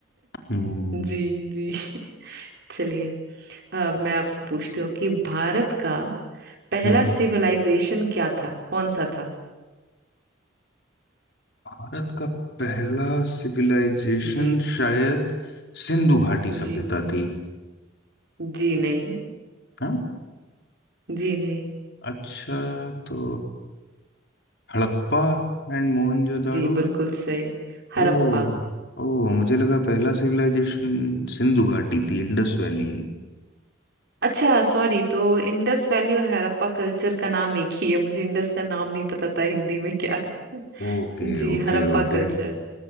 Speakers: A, on the left; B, on the right.
A: हम्म
B: जी जी चलिए अ, मैं आपसे पूछती हूँ कि भारत का पहला
A: हम्म
B: सिविलाइजेशन क्या था कौन सा था
A: भारत का पहला सिविलाइजेशन
B: जी
A: शायद सिंधु घाटी सभ्यता
B: जी
A: थी
B: जी नहीं
A: हाँ
B: जी नहीं
A: अच्छा तो हड़प्पा एंड मोहनजोदाड़ो
B: जी बिल्कुल सही
A: ओ
B: हड़प्पा
A: ओ मुझे लगा पहला सिविलाइजेशन सिंधु घाटी थी Indus valley
B: अच्छा सॉरी तो इंडस वैली और हड़प्पा कल्चर का नाम एक ही है मुझे इंडस का नाम नहीं पता था हिंदी में क्या है <laughs>
A: Okay
B: जी
A: okay
B: हड़प्पा
A: okay
B: कल्चर